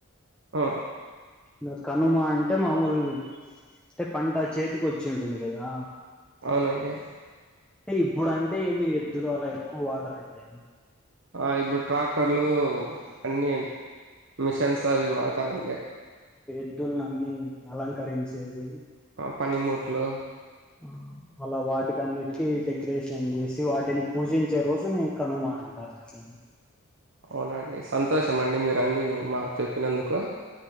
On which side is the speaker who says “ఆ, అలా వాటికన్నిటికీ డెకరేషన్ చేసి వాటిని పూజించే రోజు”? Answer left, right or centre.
Centre